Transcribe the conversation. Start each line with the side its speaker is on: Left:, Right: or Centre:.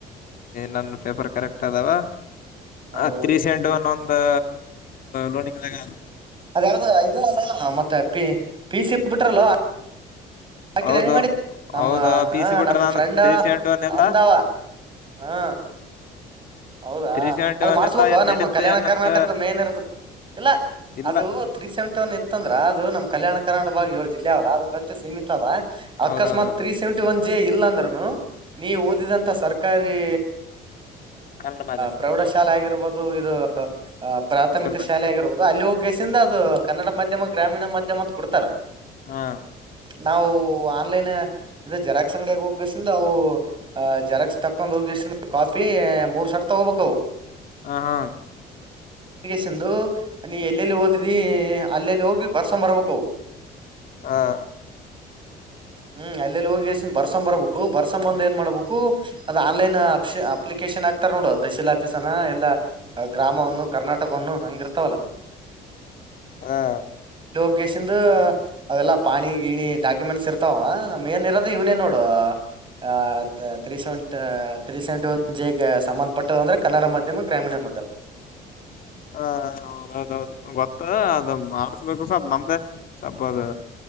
Left: ನನ್ನ ಪೇಪರ್ ಕರೆಕ್ಟ್ ಅದಾವ
Right: ಹೌದೌದು
Left: ಆೀಸೆಂಟ್ ಒನ್ೊಂದು ನೋಡಿಂಗಲ್ಲಾಗ
Right: ಅದ ಯಾವ್ದ ಇದು ಅಲ್ಲ ಮತ್ತೆ ಪ ಪ ಸಿ ಬಿಟ್ರಲ್ವಾ ಹಾಕಿದ್
Left: ಹೌದು
Right: ಹೆಂಗ್ ಮಾಡಿ ನಮ್ಮ
Left: ಹೌದು
Right: ಹ
Left: ಪಿ ಸಿ ಬಿಟ್ರ
Right: ನಮ್
Left: ನಾನು
Right: ಫ್ರೆಂಡ
Left: ತ್ರೀ ಸೆವೆಂಟಿ ಒನ್ ಎಲ್ಲ
Right: ಅಂದಾವ ಹಾ ಹೌದಾ
Left: ತ್ರೀ ಸೆವೆಂಟಿ
Right: ಅದು
Left: ಒನ್
Right: ಮಾಡ್ಸ್ಬೇಕು
Left: ಎಲ್ಲ ಏನ್
Right: ನಮ್ಮ
Left: ನಡೀತ
Right: ಕಲ್ಯಾಣ
Left: ಏನತ್ತ
Right: ಕರ್ನಾಟಕ ಮೇನ್ ಇರದು ಇಲ್ಲ
Left: ಇಲ್ಲ
Right: ಅದು ತ್ರೀ ಸೆವೆಂಟಿ ಒನ್ ಇತ್ತಂದ್ರ ನಮ್ಮ ಕಲ್ಯಾಣ ಕರ್ನಾಟಕ ಏಳು ಜಿಲ್ಲೆ ಅಲ್ಲ ಅದುಸ್ಟ್ ಸೀಮಿತ ಅದ ಅಕಸ್ಮಾತ್
Left: ಹೌದೌದೌದು
Right: ತ್ರೀ ಸೆವೆಂಟಿ ಒನ್ ಜೆ ಇಲ್ಲಾ ಅಂದ್ರನು ನೀವು ಓದಿದಂತ ಸರ್ಕಾರಿ
Left: ಕನ್ನಡ ಮಾಧ್ಯಮ
Right: ಪ್ರೌಢಶಾಲೆ ಆಗಿರ್ಬಹುದು ಇದು ಪ್ರಾಥಮಿಕ
Left: ಗೌರ್ಮೆಂಟ್
Right: ಶಾಲೆ ಆಗಿರ್ಬಹುದು ಅಲ್ಲಿ ಹೋಗಿ ಸಿಂದ ಅದು ಕನ್ನಡ ಮಾಧ್ಯಮ ಗ್ರಾಮೀಣ ಮಾಧ್ಯಮ ಅಂತ ಕೊಡ್ತಾರ
Left: ಹಾ
Right: ನಾವು ಆನ್ಲನ್ ಇ ಜೆರಾಕ್ಸ್ ಅಂಗಡ ಹೋಗ ಅವು ಜೆರಕ್ಸ್ ತಕೊಂಡ್ ಹೋಗ ಕಾಪಿ ಬಿ ಮೂರ್ ಶರ್ಟ್ ತಗೋಬೇಕವು
Left: ಹ ಹಾ
Right: ಚಂದು ನೀ ಎಲ್ಲೆಲ್ಲಿ ಓದಿದಿ ಅಲ್ಲಿ ಲ್ಲಿ ಲ್ಲೋಗಿ ಭರ್ಷಬರ್ಬೆಕ್ ಕವು
Left: ಹ
Right: ಹ್ಮ್ ಅಲ್ಲೆಲ್ಲಿ ಹೋಗಿ ಬರ್ಸ್ ಬರ್ಬೇಕು ಬರ್ಸೊ ಬಂದ ಏನ್ ಮಾಡ್ಬೇಕು ಅದ ಆನ್ಲೈನ್ ಅ ಅಪ್ಲಿಕೇಶನ್ ಆಗ್ತಾರ ನೊಡ್ ತಹಶೀಲ್ ಆಫೀಸನಾ ಎಲ್ಲಾ ಗ್ರಾಮವನ್ನು ಕರ್ನಾಟಕವನ್ನು ಹಂಗಿರ್ತವಲ್ಲ
Left: ಹಾ
Right: ಲಕೇಶಂದು ಅವೆಲ್ಲಾ ಪಾಣಿ ಗಿಣಿ ಡಾಕ್ಯುಮೆಂಟ್ಸ್ ಇರ್ತಾವ ನಮ ಏನ್ ಇರೋದ ಇವ್ನೇ ನೋಡು ಆ ತ್ರಿಸೆಂಟ್ ಸೆವೆಂಟ ಒ ಜಂ ಪಟ್ಟದ ಅಂದ್ರೆ ಕನ್ನಡ ಮಾಧ್ಯಮ ಗ್ರಾಮೀಣ ಮಾಧ್ಯಮ
Left: ಹ ಹೌದೌದೌದು ಗೊತ್ತ ಅದ ಮಾಡಸ್ಬೇಕು ಸ್ವಲ್ ನಮ್ದೇ ಸ್ವಪದ